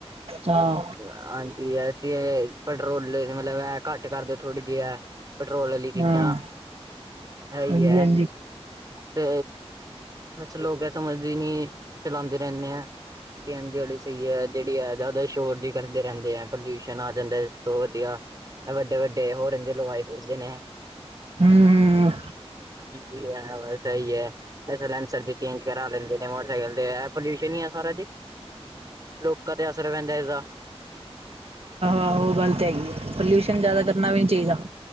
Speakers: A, on the right (about 65°); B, on the right (about 35°).
A: ਹਾਂ
B: ਆਂਟੀ ਐ ਸੀ ਏ ਪੈਟਰੋਲ ਦੇ ਵਿਚ ਮਤਲਬ ਏਹ ਘੱਟ ਕਰ ਦੇ ਥੋੜੀ ਜਿ ਏਹ। ਪੈਟਰੋਲ ਆਲੀ ਚੀਜ਼ਾਂ
A: ਹਾਂ
B: ਹੈ ਈ
A: ਹਾਂਜੀ
B: ਹੈ।
A: ਹਾਂਜੀ
B: ਤੇ ਬਸ ਲੋਕ ਇਹ ਸਮਝਦੇ ਈ ਨੀ ਚਲਾਂਦੇ ਰਹਿਨੇ ਆ। ਸੀ ਐਨ ਜੀ ਵਾਲੀ ਸਹੀ ਹੈ। ਜਿਹੜੀ ਹੈ ਜ਼ਿਆਦਾ ਸ਼ੋਰ ਜੀ ਕਰਦੇ ਰਹਿੰਦੇ ਹੈ ਪੋਲਊਸ਼ਨ ਆ ਜਾਂਦਾ। ਬਹੁਤ ਵਧੀਆ ਐ ਵੱਡੇ ਵੱਡੇ ਹੋਰਨ ਜੇ ਲਵਾਏ ਫਿਰਦੇ ਨੇ।
A: ਹਮ ਹਮ,
B: ਹਾਂਜੀ, ਆ ਬਸ ਸਹੀ ਐ। ਸੈਲੈਂਸਰ ਚੇਂਜ ਕਰਾ ਲੈਂਦੇ ਨੇ ਮੋਟਰਸਾਈਕਲ ਤੇ ਪੋਲਿਊਸ਼ਨ ਹੀ ਆ ਸਾਰਾ ਜੀ। ਲੋਕਾਂ ਤੇ ਅਸਰ ਪੈਂਦਾ ਇਦਾ।
A: ਆਹ ਉਹ ਗਲ ਤੇ ਹੈਗੀ ਏ ਪੋਲਊਸ਼ਨ ਜ਼ਿਆਦਾ ਕਰਨਾ ਵੀ ਨੀ ਚਾਹੀਦਾ।